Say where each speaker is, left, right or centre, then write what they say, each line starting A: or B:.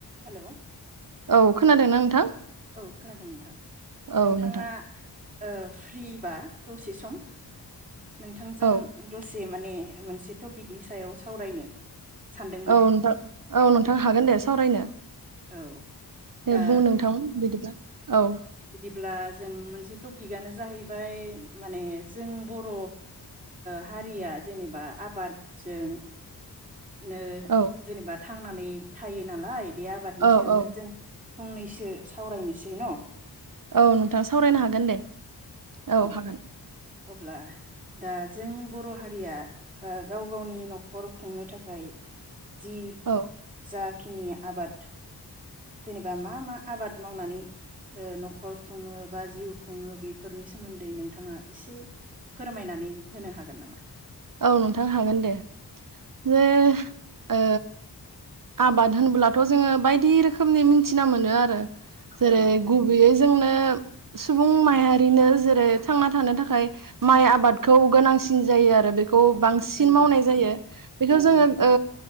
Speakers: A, on the right; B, on the right.
A: Hello
B: औ खोनादोंना नोंथां
A: औ खोनादों नोंथां
B: औ
A: नोंथाङा
B: नोंथां
A: ओ फ्रि बा दसे सम नोंथांजों
B: औ
A: दसे माने मोनसे टपिकनि सायाव सावरायनो सानदोंमोन
B: औ नोंथां औ नोंथां हागोन दे सावरायनो
A: औ दा
B: दे बुं नोंथां बिदिब्ला औ
A: अब्ला जों मोनसे टपिकआनो जाहैबाय माने जों बर' हारिया जेनेबा आबादजों जों
B: औ
A: जेनेबा थांनानै थायो नालाय बे आबादनि
B: औ
A: सायावनो
B: औ
A: जों फंनैसो सावरायनोसै न'
B: औ नोंथां सावरायनो हागोन दे औ
A: दे
B: हागोन
A: अब्ला दा जों बर' हारिया बा गाव गावनि न'खर खुंनो थाखाय जि
B: औ
A: जा खिनि आबाद जेनेबा मा मा आबाद मावनानै ओ न'खर खुङो बा जिउ खुङो बेफोरनि सोमोन्दै नोंथाङा एसे फोरमायनानै होनो हागोन नामा
B: औ नोंथां हागोन दे जे ओ आबाद होनबो्लाथ' जोङो बायदि रोखोमनि मिथिना मोनो आरो जेरै
A: औ
B: गुबैयै जोंनो सुबुं माहारिनो जेरै थांना थानो थाखाय माइ आबादखौ गोनांसिन जायो आरो बे खौ बांसिन
A: नंगौ
B: मावनाय जायो बेखौ
A: नंगौ
B: जोङो
A: नोंथां
B: ओ